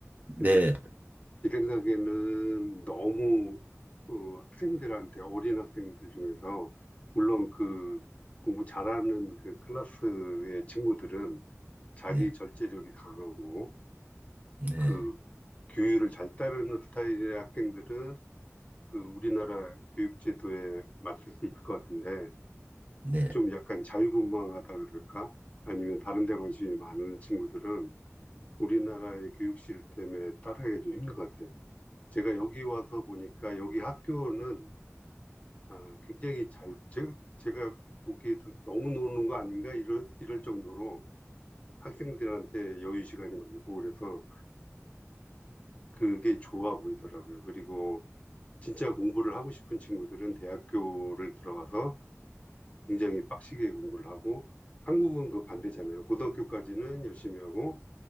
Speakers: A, on the left; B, on the right.
A: 근데
B: 네.
A: 제 생각에는 너무 그 학생들한테 어린 학생들 중에서 물론 그 공부 잘하는 그 클래스의 친구들은 자기
B: 네.
A: 절제력이 강하고
B: 네.
A: 그 규율을 잘 따르는 스타일의 학생들은 그 우리나라 교육제도에 맞출 수 있을 것 같은데
B: 네.
A: 좀 약간 자유분방하다 그럴까? 아니면 다른 데 관심이 많은 친구들은 우리나라의 교육 시스템에 따라가기 좀 힘든 것 같아요. 제가 여기 와서 보니까 여기 학교는 아, 굉장히 자유, 제, 제가 보기에도 너무 노는 거 아닌가 이럴, 이럴 정도로 학생들한테 여유 시간이 많고 그래서 그게 좋아 보이더라고요. 그리고 진짜 공부를 하고 싶은 친구들은 대학교를 들어가서 굉장히 빡시게 공부를 하고 한국은 그 반대잖아요. 고등학교까지는 열심히 하고